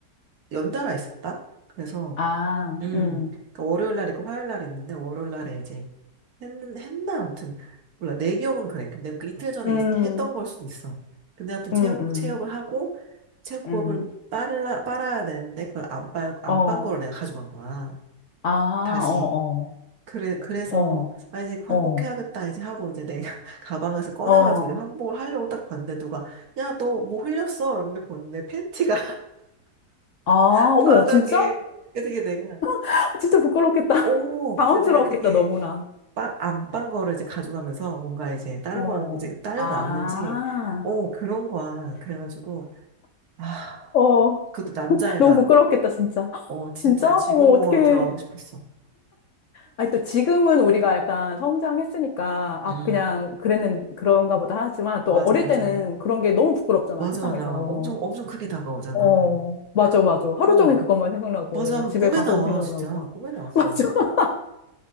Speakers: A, on the right; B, on the left.
A: 연달아 있었다? 그래서,
B: 아,
A: 음,
B: 음.
A: 그러니까 월요일 날 있고 화요일 날 있는데, 월요일 날에 이제 했, 했나? 아무튼, 몰라. 내 기억은 그래. 근데 그 이틀 전에
B: 음.
A: 있- 했던 걸 수도 있어. 근데 아무튼 체육,
B: 음. 음.
A: 체육을 하고, 체육복을
B: 음.
A: 빨라, 빨아야 되는데, 그걸 안 빨, 안빤
B: 어.
A: 거를 내가 가져간 거야.
B: 아,
A: 다시
B: 어,
A: 그래, 그래서,
B: 어, 어,
A: 아, 이제 환복해야겠다,
B: 어,
A: 이제 하고, 이제 내가 <laughs> 가방에서 꺼내가지고
B: 어.
A: 이제 환복을 하려고 딱 봤는데, 누가, 야, 너 뭐 흘렸어? 이러는데 보는데, 팬티가
B: 아,
A: <laughs>
B: 어머,
A: 바닥에.
B: 진짜?
A: 그래서 게 내가,
B: <laughs> 진짜 부끄럽겠다.
A: 오!
B: <laughs> 당황스러웠겠다,
A: 근데 내가 그게,
B: 너무나.
A: 빠, 안빤 거를 이제 가져가면서, 뭔가 이제, 다른
B: 어,
A: 거랑 이제 딸려
B: 아,
A: 나왔는지, 오, 그런 거야. 그래가지고, 아,
B: 어,
A: 그것도 남자애가,
B: 너무 부끄럽겠다, 진짜. <gasps> <laughs>
A: 어, 진짜
B: 진짜?
A: 쥐구멍으로
B: 어머, 어떡해.
A: 들어가고 싶었어.
B: 아니, 또 지금은 우리가 약간 성장했으니까,
A: 음.
B: 아, 그냥 그랬는, 그런가 보다 하지만, 또
A: 맞아,
B: 어릴
A: 맞아.
B: 때는 그런 게 너무 부끄럽잖아,
A: 맞아,
B: 세상에서.
A: 맞아. 엄청, 엄청 크게 다가오잖아.
B: 어, 맞아, 맞아. 하루
A: 어,
B: 종일 그것만 생각나고,
A: 맞아. 그
B: 집에
A: 꿈에
B: 가서도
A: 나와.
B: 생각나고.
A: 진짜. 꿈에 나왔어.
B: <laughs> 맞아.